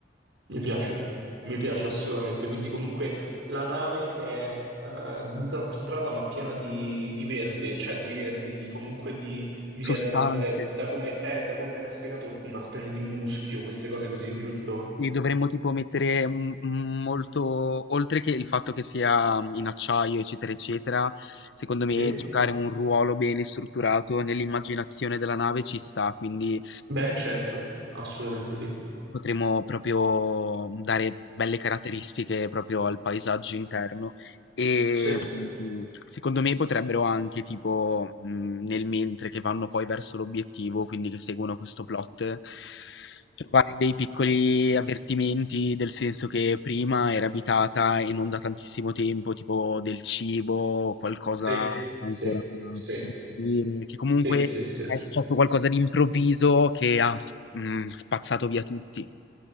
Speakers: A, on the right; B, on the left.
A: Mi piace. Mi piace assolutamente. Quindi comunque la nave è eh, disastrata ma piena di, di verde, cioè di verde, di comunque di... Mi viene
B: Sostanze
A: da pensare, da come è, da come me l'ha spiegato, una specie di muschio, queste cose così, giusto?
B: Li dovremmo tipo mettere mm, mm, molto, oltre che il fatto che sia mhmm, in acciaio, eccetera, eccetera, secondo me
A: Sì.
B: giocare un ruolo bene strutturato nell'immaginazione della nave ci sta, quindi
A: Beh, certo, assolutamente sì.
B: Potremmo proprio mhmm, dare belle caratteristiche proprio al paesaggio interno e
A: Sì.
B: mm, secondo me potrebbero anche tipo mm, nel mentre che vanno poi verso l'obiettivo, quindi che seguono questo plot, trovare dei piccoli avvertimenti del senso che prima era abitata e non da tantissimo tempo, tipo del cibo o qualcosa
A: Sì,
B: ancora
A: sì,
B: da
A: sì,
B: scoprire, che comunque
A: sì, sì, sì.
B: è
A: sì.
B: successo qualcosa di improvviso che ha s- mm, spazzato via tutti.